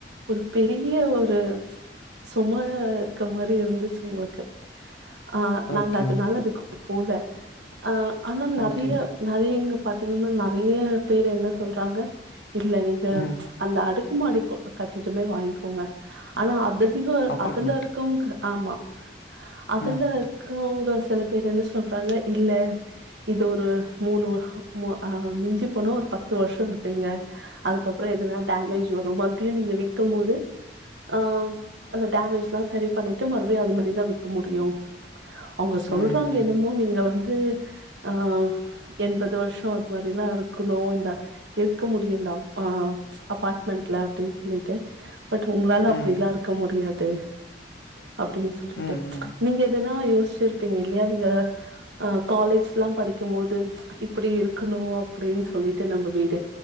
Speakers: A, on the right; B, on the left.
A: ஒரு பெரிய ஒரு சுமையா இருக்க மாரி இருந்து ச்சு உங்களுக்கு ஆஹ் நாங்க
B: ஓகே,
A: அது நல்லதுக்கூ போல அ ஆனா நறைய
B: ஓகே.
A: நறைய இங்க பாத்தீங்கன்னா நறைய பேரு என்ன சொல்றாங்க இல்ல நீங்க
B: ம்.
A: அந்த அடு அடுக்கமாடி கட்டமே வாங்கிக்கோங்க ஆனா அ அதிகோ
B: அபார்ட்மெண்ட்.
A: அதுல இருக்கவங்க ஆமா அதுல
B: ம்,
A: இருக்கவங்க சில பேர் என்ன சொ சொல்றாங்க இல்ல இது ஒரு மூணு ஹ மிஞ்சி போனா ஒரு பத்து வருஷா இருப்பீங்க அதுக்கரோ எதுனா டேமேஜ் வரு மறுபடியு நீங்க விக்கு போது ஹ டேமேஜ் லா சரி பண்ண த்து மறுபடி அது மாரிதா விக்க முடியு அவுங்க
B: ம்,
A: சொல்றாங்க என்னமோ நீங்க வந்து ஆஹ் எண்பது வருஷா அது மாரிலா இருக்கணோ இந்த இருக்க முடியு இந்த ஆஹ் அபாட்மெண்ட்ல அப்டின்னு சொல்லிட்டு பட் உங்களால அப்டிலா
B: ம்.
A: இருக்க முடியாது தோ அப்டின்னு சொல்லிட்டு
B: ம், ம்.
A: நீங்க எதனா யோசிச்சிருப்பீங்க இல்லையா நீங்க ஆஹ் காலேஜ்லா படிக்கு போது இப்டி இருக்கணோ அப்டின்னு சொல்லிட்டு நம்ம வீடு